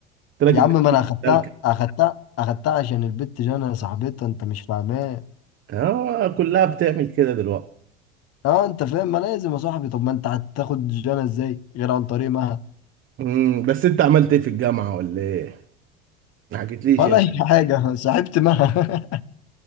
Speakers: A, on the right (about 40°); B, on the left (about 50°).
A: قلت
B: يا
A: لك البت
B: عم ما انا
A: دي
B: اخدتها
A: مش سالكه
B: اخدتها اخدتها عشان البت جانا صاحبتها انت مش فاهماه
A: اه كلها بتعمل كده دلوقتي
B: اه انت فاهم ما لازم يا صاحبي طب ما انت هتاخد جانا ازاي غير عن طريق مها
A: امم بس انت عملت ايه في الجامعه ولا ايه ما حكيتليش
B: ولا
A: انت
B: اي حاجه صاحبت مها